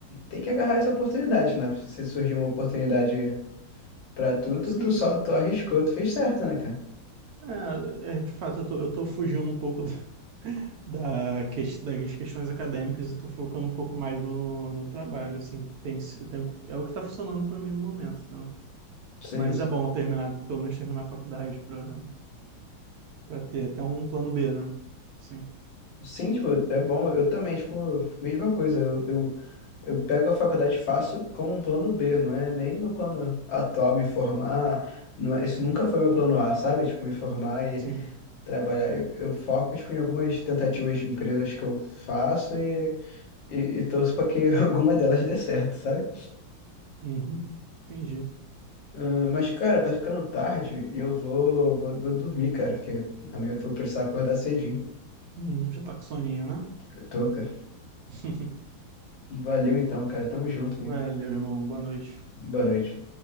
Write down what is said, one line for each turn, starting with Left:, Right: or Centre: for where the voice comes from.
Left: tem que agarrar as oportunidades, né? Se surgir uma oportunidade pra tu, tu,
Right: Sim,
Left: tu só,
Right: sim.
Left: tu arriscou, tu fez certo, né, cara?
Right: É, é, de fato, eu tô, eu tô fugindo um pouco <laughs> da, da ques- das questões acadêmicas e tô focando um pouco mais no, no trabalho, assim. Tem, tem, é o que tá funcionando pra mim no momento, né?
Left: Sim,
Right: Mas
Left: sim.
Right: é bom eu terminar, pelo menos terminar a faculdade para para ter até um plano B, né? Sim,
Left: Sim, tipo, é bom, eu também, tipo, mesma coisa, eu, eu, eu pego a faculdade e faço como um plano B, não é nem meu plano atual me formar, não é, esse nunca foi meu plano A, sabe? Tipo, me formar
Right: sim.
Left: trabalhar. Eu, eu foco, tipo, em algumas tentativas de empresas que eu faço e, e, e torço para que <laughs> alguma delas dê certo, sabe?
Right: Uhum. Entendi.
Left: Ah, mas, cara, tá ficando tarde e eu vou, vou, vou dormir, cara, porque amanhã eu vou precisar acordar cedinho.
Right: Hum, já tá com soninho, né?
Left: Eu tô, cara.
Right: <laughs>
Left: Valeu então, cara. Tamo junto, hein?
Right: Valeu, irmão. Boa noite.
Left: Boa noite.